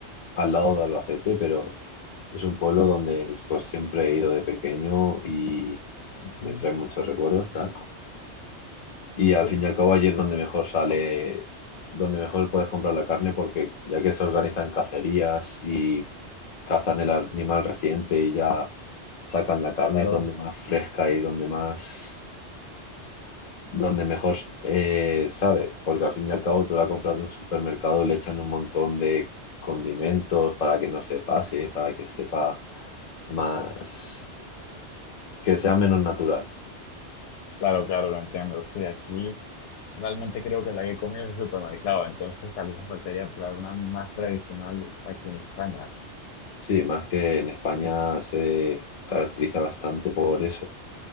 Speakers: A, on the left; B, on the left.
A: al lado de Albacete, pero es un pueblo donde pues siempre he ido de pequeño y
B: ujú,
A: me trae muchos recuerdos, tal. Y al
B: sí,
A: fin y al cabo allí es donde mejor sale, donde mejor puedes comprar la carne porque ya que se organizan cacerías y cazan el animal reciente y ya sacan la carne
B: claro,
A: es donde más fresca y donde más donde mejor eh, sabe, porque al fin y al cabo tú la compras de un supermercado, le echan un montón de condimentos para que no se pase, para que sepa más, que sea menos natural.
B: claro, claro, lo entiendo. Sí, aquí realmente creo que la que he comido es el supermercado, entonces tal vez me faltaría probar una más tradicional aquí en España.
A: Sí, más que en España se caracteriza bastante por eso,